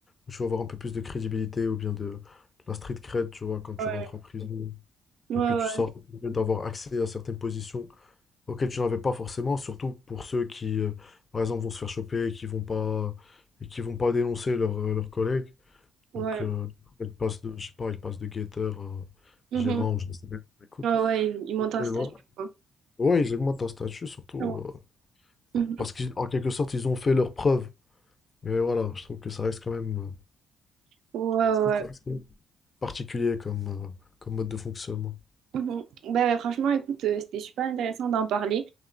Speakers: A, on the left; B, on the right.
A: où tu vas avoir un peu plus de crédibilité ou bien de, de la street cred, tu vois, quand tu
B: Ouais,
A: rentres en prison, Mhm.
B: ouais, ouais.
A: et puis tu sors, ça te permet d'avoir accès à certaines positions auxquelles tu n'avais pas forcément, surtout pour ceux qui, euh, par exemple, vont se faire choper, qui vont pas, et qui vont pas dénoncer leurs leurs collègues.
B: Ouais,
A: Donc, euh, il passe de, je sais pas, il passe de guetteur à
B: Mhm.
A: gérant ou je ne sais pas. Écoute,
B: Ouais, ouais, ils ils montent un
A: mais
B: statut,
A: voilà.
B: quoi.
A: Ouais, ils augmentent un statut, surtout
B: Ouais, Mhm.
A: euh, parce qu'en quelque sorte, ils ont fait leurs preuves. Mais voilà, je trouve que ça reste quand même, euh,
B: ouais.
A: je trouve
B: ouais.
A: que ça
B: ouais.
A: reste quand même particulier comme, euh, comme mode de fonctionnement.
B: Mhm. Bah, bah, franchement, écoute, euh, c'était super intéressant d'en parler.